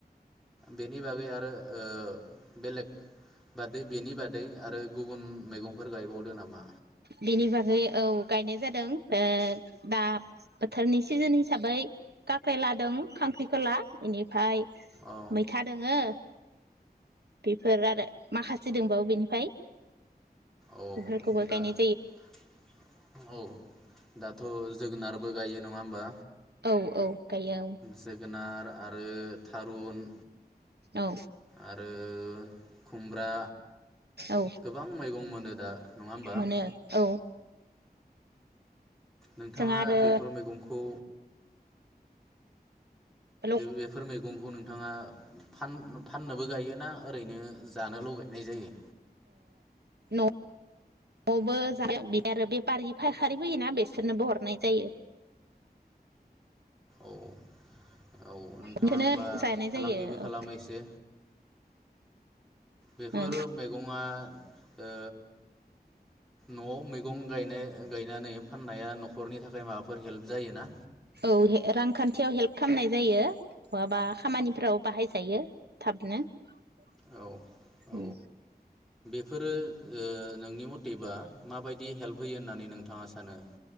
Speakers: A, in the centre; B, on the right.
A: बेनि बागै आरो ओ बेलेग बादै बेनि बादै आरो गुबुन मैगंफोर गायबावदो नामा?
B: बेनि बागै औ गायनाय जादों दा बोथोरनि सिजोन हिसाबै काख्रेला दों खांख्रिखला इनिफाय
A: औ
B: मैथा दोङो फोर आरो माखासे दंबाबो बेनि
A: औ
B: <unintelligible> बेफोरखौबो
A: दा
B: गाइनाय
A: औ दाथ' जोगोनारबो गायो नङा नङा होमबा।
B: औ औ। गायो
A: जोगोनार आरो थारुन
B: औ
A: आरो खुमब्रा
B: औ
A: गोबां मैगं मोनो दा नङा होमबा।
B: मोनो औ
A: नोंथाङा
B: जोंहा आरो
A: बेफोर मैगंखौ
B: ल
A: बेफोर मैगंखौ नों बिथांआ फान फा फाननोबो गायोना ओरैनो जानोल' गायनाय जायो।
B: न न'बो जायो बेफारि फायखारि फोयोना बेसोरनोबो हरनाय जायो।
A: औ औ नोंथाङा
B: बेखौनो
A: होमबा
B: जानाय
A: फालांगिबो
B: जायो
A: खालामो
B: औ
A: एसे बेफोर
B: ओं
A: मैगंआ ओ न'आव मैगं गायनानै फाननाया न'खरनि थाखाय माबाफोर हेल्प जायोना।
B: औ रांखान्थियाव हेल्प खालामनाय जायो बहाबा खामानि औ बाहाय जायो थाब <unintelligible> उम
A: औ औ बेफोरो ओ नोंनि मथेबा माबायदि हेल्प होयो होननानै नोंथाङा नोंथाङा सानो?